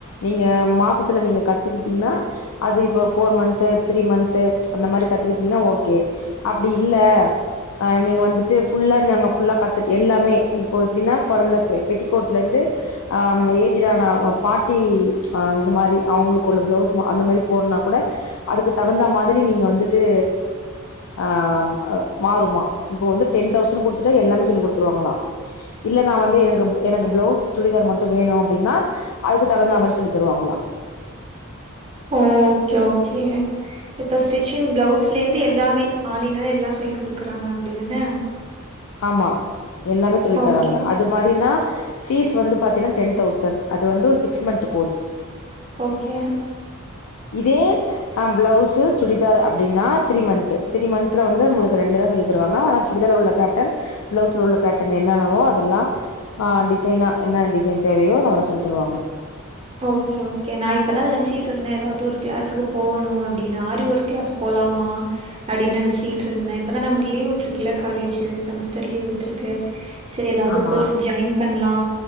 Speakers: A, on the left (about 80°); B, on the right (about 25°).
A: நீங்க மாசத்துல நீங்க கத்துகிட்டீங்னா அது இப்ப ஃபோர் மந்த்து த்ரீ மந்த்து அந்த மாரி கத்துக்கிட்டீங்ன்னா ஓகே அப்டி இல்ல அஹ் நீங்க வந்துட்டு ஃபுல்லா நாங்க ஃபுல்லா கத்துட் எல்லாமே இப்போ எப்டின்னா கொழந்த பெ பெட்டிகோட்ல இருந்து அஹ்ம் ஏஜ்டு ஆன பாட்டி ஆஹ் இது மாரி அவங்களுக்கு உள்ள பிளவுஸ் அந்த மாரி போட்னா கூட அதுக்கு தகுந்த மாதிரி நீங்க வந்துட்டு அஹ்ம் அ மாறுமா இப்போ வந்து டென் தௌசண்ட் குடுத்துட்டு எல்லாமே சொல்லி குடுத்துருவாங்களா இல்ல நா வந்து எனக்கு எனக்கு பிளவுஸ் சுடிதார் மட்டு வேணு அப்டின்னா அதுக்கு தகுந்தா மாரி சொல்லி தருவாங்களா
B: ஓகே ஓகே இப்ப ஸ்டிச்சிங் பிளவுஸ்லேந்து எல்லாமே ஆல் ன் ஆல் எல்லா சொல்லி குடுக்குறாங்க அப்டிதான
A: ஆமா எல்லாமே சொல்லி
B: ஓகே,
A: தராங்க அது மாரினா ஃபீஸ் வந்து பாத்தீயன்னா டென் தௌசண்ட் அது வந்து சிக்ஸ் மந்த் கோர்ஸ்
B: ஓகே
A: இதே அ பிளவுஸ் சுடிதார் அப்டின்னா த்ரீ மந்த் த்ரீ மந்த்ல வந்து உங்களுக்கு ரெண்டுதா சொல்லி தருவாங்க ஆனா சுடிதார்ல உள்ள பேட் டன் பிளவுஸ்ல உள்ள பேட்டன் என்னன்னவோ அதெல்லா அ டிசைனா என்னா டிசைன் தேவையோ ஓராளா சொல்லி தருவாங்க
B: ஓகே ஓகே நா இப்பதா நெனச்சிட்ருந்த எதாவ்து ஒரு கிளாஸ்க்கு போகணு அப்டின்னு ஆரி ஒர்க் கிளாஸ் போலாமா அப்டின்னு நெனைச்சிட்ருந்த இப்பதா நமக்கு லீவ் வுட்ருக்குல்ல காலேஜ் செமஸ்டர் லீவ் விட்ருக்கு சரி எதாவது
A: ஆமா
B: கோர்ஸ் ஜாயின் பண்லா